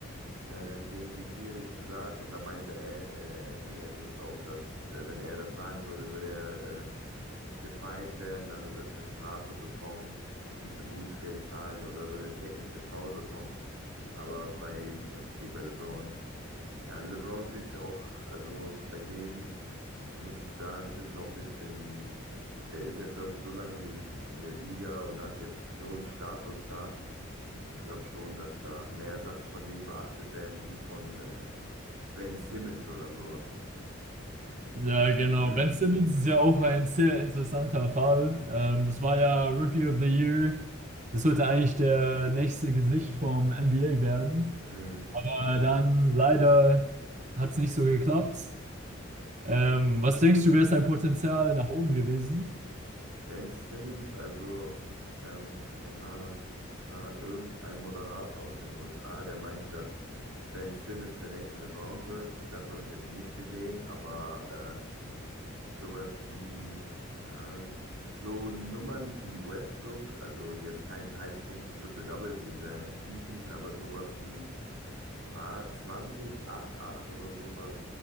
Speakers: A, on the right; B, on the right.
A: äh, gegen die Schiris gesagt und da meinte er, äh, Anthony Edwards auch, dass äh, wenn er das sagen würde, würde er äh, gefeind werden, also würde eine Strafe bekommen, müsste Bußgeld zahlen oder würde ein Technical Foul bekommen. Aber bei, ja, okay, bei LeBron, ja, LeBron finde ich auch, also bei dem muss ich sagen, ist es auch ein bisschen. Der ist jetzt, glaube ich, so lange in, den, in der Liga und hat jetzt so einen Status da. Ich glaube schon, dass da mehr Sachen von dem beachtet werden, wie von äh, Ben Simmons oder sowas.
B: Ja, genau.
A: Hm.
B: Ben Simmons ist ja auch ein sehr interessanter Fall. Ähm, das war ja Rookie of the Year. Das sollte eigentlich der nächste Gesicht vom NBA werden.
A: Hm.
B: Äh, dann leider hat es nicht so geklappt. Ähm, was denkst du, wäre sein Potenzial nach oben gewesen?
A: Ben Simmons, also, ähm, wer war das? Es war irgendein Moderator aus den USA, der meinte, dass Ben Simmons der nächste LeBron wird. Das habe ich jetzt nicht gesehen, aber äh, Sowas wie äh, so Nummern wie Westbrook, also jetzt kein dreißig punkte triple double wie in seiner MVP-Season, aber sowas wie ah, 20 8 8 oder sowas.